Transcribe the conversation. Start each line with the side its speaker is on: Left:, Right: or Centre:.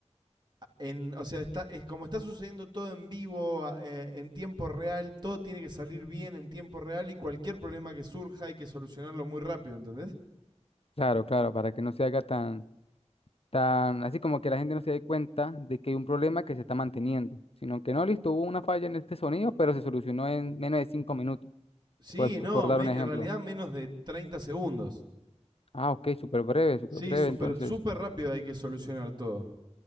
Right: En, o sea, está, es como está sucediendo todo en vivo, eh, en tiempo real, todo tiene que salir bien en tiempo real y cualquier problema que surja hay que solucionarlo muy rápido, ¿entendés?
Left: Claro, claro, para que no se haga tan, tan, así como que la gente no se dé cuenta de que hay un problema que se está manteniendo, sino que no, listo, hubo una falla en este sonido, pero se solucionó en menos de cinco minutos,
Right: Sí,
Left: por,
Right: no,
Left: por dar
Right: me-
Left: un ejemplo.
Right: en realidad menos de 30 segundos.
Left: Ah, ok, súper breve, súper
Right: Sí,
Left: breve,
Right: súper
Left: entonces,
Right: súper rápido hay que solucionar todo.